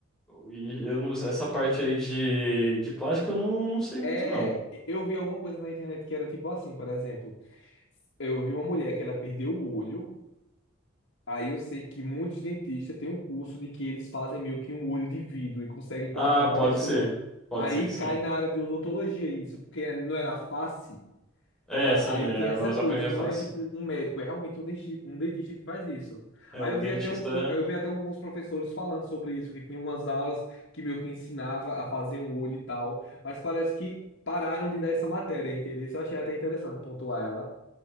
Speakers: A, in the centre; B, on the left.
A: E eu não, essa parte aí de, de plástico eu não, não sei muito
B: É,
A: não.
B: eu vi alguma coisa na internet que era tipo assim, por exemplo. Eu vi uma mulher que ela perdeu o olho. Aí eu sei que muitos dentistas têm um curso de que eles fazem meio que um olho de vidro e conseguem colocar
A: Ah,
B: na
A: pode
B: pessoa.
A: ser. Pode
B: Aí
A: ser que sim.
B: cai na área de odontologia isso, porque não é na face.
A: É,
B: A-
A: sim,
B: Aí
A: é,
B: tem essa
A: nós
B: coisa,
A: aprendemos
B: não
A: fácil.
B: é tipo um médico, é realmente um dentista, um dentista que faz isso.
A: É,
B: Aí
A: o
B: eu
A: dentista.
B: vi até um, um- eu vi até alguns professores falando sobre isso, que tinha umas aulas que meio que ensinava a fazer um olho e tal, mas parece que pararam de dar essa matéria, entendeu? Isso eu achei até interessante pontuar ela.